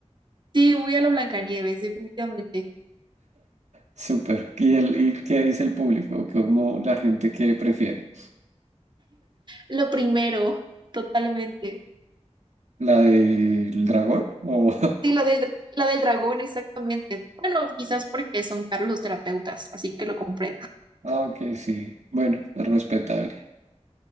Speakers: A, on the right (about 40°); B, on the right (about 85°).
A: sí, muy a la Blancanieves, definitivamente.
B: Súper. ¿Y, el, y qué dice el público? ¿Cómo la gente que prefiere?
A: Lo primero, totalmente.
B: ¿La del dragón? O... <laughs>
A: Sí, la del, la del dragón, exactamente. Bueno, quizás porque son caros los terapeutas, así que lo comprendo.
B: Ah, ok, sí. Bueno, es respetable.